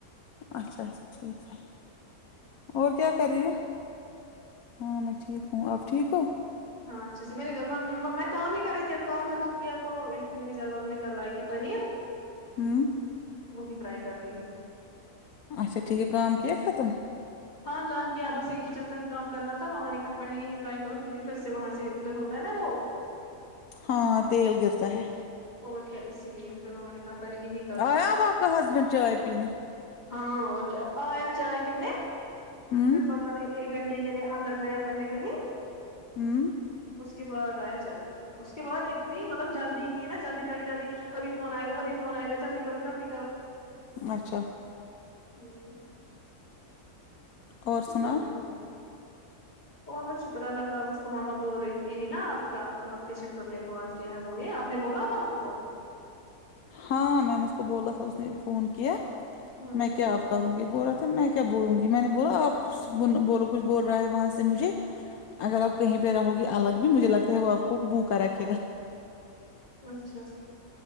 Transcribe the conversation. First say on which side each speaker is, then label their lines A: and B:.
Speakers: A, on the left; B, on the left.
A: اچھا اچھا ٹھیک ہے اور کیا کر رہی ہو ہاں میں ٹھیک ہوں آپ ٹھیک ہو
B: ہاں اچھا سے میرے میں کام ہی کر رہی تھی اب کام ختم کیا تو میرے گھر وال نے لائی تھی پنیر
A: ہوں
B: وہی فرائی کر رہی ہ
A: اچا ٹھیک ہے کام کیا ہے ختم
B: ہاں کام کیا بس ایک کچن کا ہی کام کرنا تھا ماما نے کہا پہلے یہی ٹرائی کروں کیکہ پھر سے وہاں سے ہوتا ہے نا وہ
A: ہاں تیل گرتا ہے
B: اور کیا اسی لئے پھر ماما نے کہا پہلے یہ بھی
A: آیا آپ کا ہسبینڈ چائے پیننے
B: ہاں اور کیا ایا چائے پینے
A: ہوں
B: پھر پت نہیں ایک گھنٹے کی کے لیے اندر گیا پہلے کہیں
A: ہوں
B: اس کے بعد ائے چائ اس کے بعد اتنی مطلب جلدی یہ نا جلدی جلدی جلدی ابھی فون آے گا اب فون آئے گا جلدی کر جلد کرو
A: اچھا
B: ہوں
A: اور
B: <unintelligible>
A: سناؤ
B: اور بت شکر اللہ اب اس کو ماما بول رہی تھی یہی نا آپ کا آپ کے شکر نے کال کیا ہے بولیے آپ نے بولا تھا اس کو
A: ہاں میں نے اس کو بولا تھا اس نے فون کیا
B: ہوں
A: میں
B: ہوں
A: کیا کروں گی بول رہا تھا میں کیا بولوں گی میں نے بولا آپ بولو کچھ بول رہا ہے وہاں سے مجھے اگر آپ کہیں پہ رہو گی الگ بھی مجھے لگتا ہے وہ آپ کو بوکا رکھے گا
B: اچھا